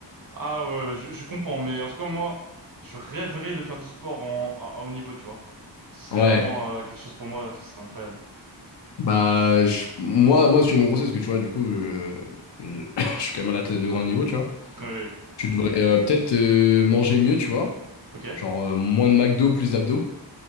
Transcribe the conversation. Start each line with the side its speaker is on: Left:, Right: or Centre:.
Right: Ah ouais, ouais, je, je comprends, mais en tout cas, moi, je rêverais de faire du sport en, à, à haut niveau, tu vois. Ce serait
Left: Ouais,
Right: vraiment euh, quelque chose pour moi ce qui serait incroyable.
Left: bah je- moi, moi, si tu veux mon conseil, parce que tu vois, du coup, euh, je, <laughs> je suis quand même un athlète de grand niveau, tu vois.
Right: Oui, oui.
Left: Tu devrais euh, peut-être euh, manger mieux, tu vois.
Right: Ok,
Left: Genre euh, moins de McDo, plus d'abdos.